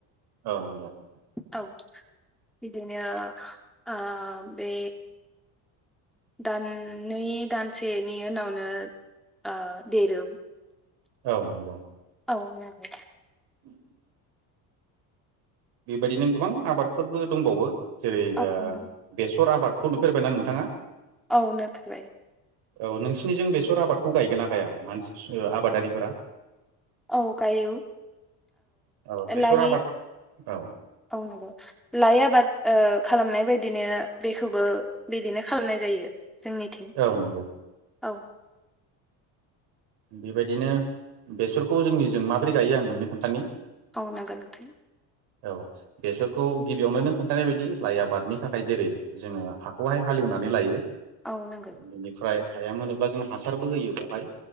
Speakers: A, on the right (about 70°); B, in the centre.
A: <unintelligible>
B: औ बिदिनो आ बे दाननै दानसेनि उनावनो ओ देरो
A: औ नंगौ
B: औ नंगौ
A: <inaudible> बेबायदिनो गोबां आबादफोरबो दंबावो जेरै
B: औ
A: ओ
B: नंगौ
A: बेसर आबाद खौ नुफेरबायना नोंथांङा?
B: औ नोफेरबाय
A: औ नोंसिनिजों बेसर आबादखौ गायगोनना गाया मानसि आबादारिफोरा
B: औ गायो
A: औ बेसर
B: लाइ
A: आबाद औ
B: औ नंगौ लाइ आबाद ओ खालामनाय बायदिनो बेखौबो बिदिनो खालामनाय जायो। जोंनिथिं
A: औ नंगौ
B: औ
A: बेबायदिनो बेसरखौ जोंनिजों माबोरै गायो आं नोंनो खोन्थानि
B: औ नोंगो नों
A: औ बेसरखौ गिबियावनो नों खोन्थानाय बायदि लाइ आबादनि थाखाय जेरै जोंङो हाखौहाय हालिव लेवनानै लायो
B: औ नंगौ
A: बेनिफ्राय हाया मोनोब्ला जों हासारबो होयो बेावहाय